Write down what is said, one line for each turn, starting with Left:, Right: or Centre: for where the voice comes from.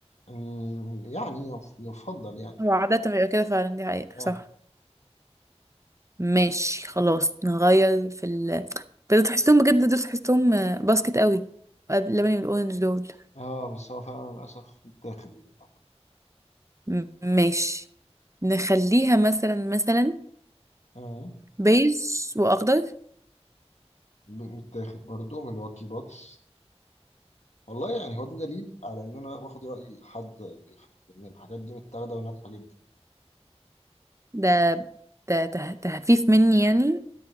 Left: ال- يعني يف- يفضل يعني
Right: هو عادة بيبقى كده فعلا دي حقيقة
Left: اه
Right: صح ماشي خلاص نغير في ال بس تحسهم بجد دول تحسهم آه، باسكت قوي اللبني والاورنج دول
Left: اه بس هو فعلا للاسف متاخد يعني
Right: م- ماشي نخليها مثلا مثلا
Left: اه
Right: بيج واخضر
Left: م- متاخد برضو من الواكي بوكس والله يعني هو ده دليل على ان انا باخد رأي حد بيفهم ان الحاجات دي متاخدة وناجحة جدا
Right: ده ده ته- تهفيف مني يعني